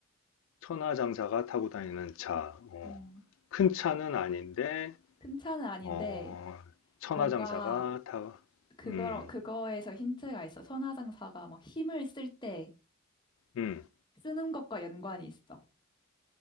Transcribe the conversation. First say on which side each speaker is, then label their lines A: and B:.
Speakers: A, on the left; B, on the left.
A: 천하장사가 타고 다니는 차. 어,
B: 음,
A: 큰 차는 아닌데,
B: 큰 차는 아닌데
A: 어, 천하장사가
B: 뭔가
A: 타,
B: 그거
A: 음,
B: 그거에서 힌트가 있어. 선화장사가 막 힘을 쓸 때
A: 음,
B: 쓰는 것과 연관이 있어.